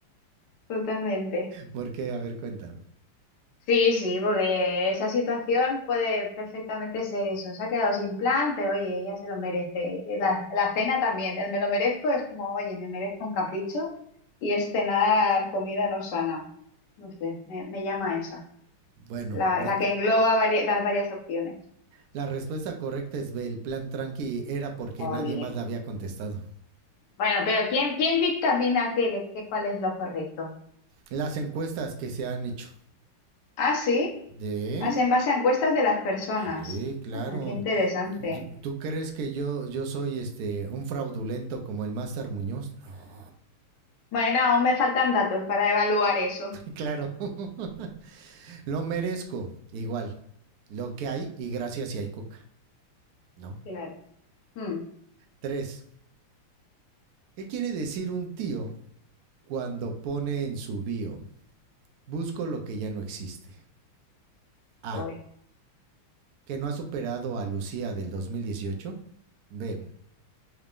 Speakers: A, on the left; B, on the right.
A: Totalmente.
B: ¿Por qué? A ver, cuéntame.
A: Sí, sí, porque esa situación puede perfectamente ser eso. Se ha quedado sin plan, pero oye, ella se lo merece. La, la cena también. El me lo merezco es como, oye, me merezco un capricho y es cenar comida no sana. No sé, me, me llama esa.
B: Bueno,
A: La,
B: la-
A: la que engloba vari- las varias opciones.
B: La respuesta correcta es B. El plan tranqui era porque
A: Olin.
B: nadie más la había contestado.
A: Bueno, pero ¿quién, quién dictamina qué, qué- qué- cuál es lo correcto?
B: Las encuestas que se han hecho.
A: Ah, sí.
B: ¿De?
A: Ah, es en base a encuestas de las personas.
B: Sí, claro.
A: Ah, qué interesante.
B: ¿Tú- ¿Tú crees que yo, yo soy este un fraudulento como el Master Muñoz? No.
A: Bueno, aún me faltan datos para evaluar eso.
B: Claro. <laughs> Lo merezco. Igual. Lo que hay y gracias si hay coca. ¿No?
A: Claro. Hmm,
B: Tres. ¿Qué quiere decir un tío cuando pone en su bio? Busco lo que ya no existe. A.
A: voy.
B: que no ha superado a Lucía del dos mil dieciocho B,